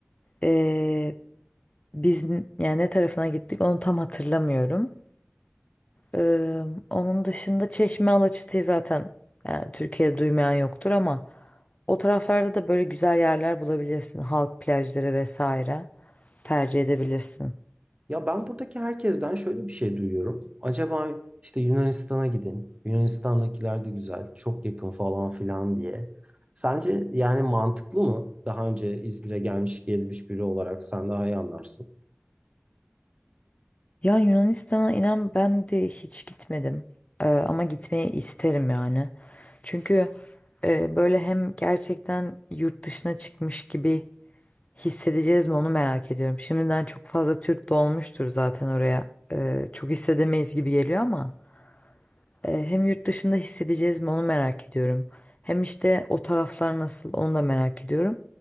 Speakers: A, on the left (about 35°); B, on the right (about 30°).
A: Ee, biz n- yani ne tarafına gittik onu tam hatırlamıyorum. Ee, onun dışında Çeşme Alaçatı'yı zaten yani Türkiye'de duymayan yoktur ama o taraflarda da böyle güzel yerler bulabilirsin. Halk plajları vesaire tercih edebilirsin.
B: Ya ben buradaki herkesten şöyle bir şey duyuyorum. Acaba işte Yunanistan'a gidin. Yunanistan'dakiler de güzel, çok yakın falan filan diye. Sence yani mantıklı mı? Daha önce İzmir'e gelmiş, gezmiş biri olarak sen daha iyi anlarsın.
A: Ya Yunanistan'a inan ben de hiç gitmedim. Ee, ama gitmeyi isterim yani. Çünkü e, böyle hem gerçekten yurt dışına çıkmış gibi hissedeceğiz mi onu merak ediyorum. Şimdiden çok fazla Türk dolmuştur zaten oraya. Ee, çok hissedemeyiz gibi geliyor ama e, hem yurt dışında hissedeceğiz mi onu merak ediyorum. Hem işte o taraflar nasıl onu da merak ediyorum.